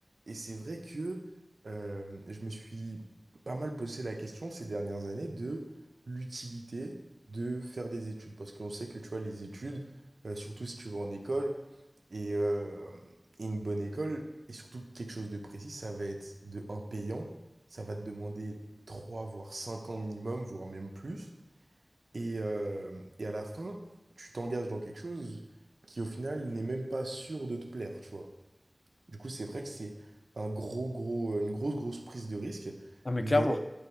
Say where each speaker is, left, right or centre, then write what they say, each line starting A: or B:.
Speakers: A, on the right; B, on the left.
A: Et c'est vrai que euh, je me suis pas mal posé la question ces dernières années de l'utilité de faire des études. Parce qu'on sait que, tu vois, les études, euh, surtout si tu vas en école, et, euh, et une bonne école, et surtout quelque chose de précis, ça va être de un payant. Ça va te demander 3 voire 5 ans minimum, voire même plus. Et, euh, et à la fin, tu t'engages dans quelque chose qui, au final, n'est même pas sûr de te plaire, tu vois. Du coup, c'est vrai que c'est un gros, gros, euh, une grosse, grosse prise de risque,
B: Ah, mais
A: mais
B: clairement.